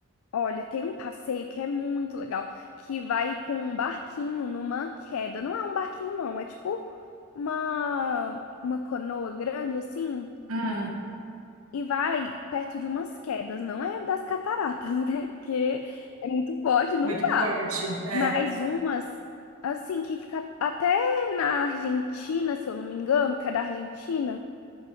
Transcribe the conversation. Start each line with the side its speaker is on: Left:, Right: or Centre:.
Left: Olha, tem um passeio que é muito legal, que vai com um barquinho numa queda. Não é um barquinho, não, é tipo uma, uma canoa grande assim,
Right: Hum,
Left: e vai perto de umas quedas. Não é das cataratas, <laughs> né? Porque é muito forte, não
Right: Muito
Left: dá.
Right: forte. É.
Left: Mas umas, assim, que fica até na Argentina, se eu não me engano, que é da Argentina.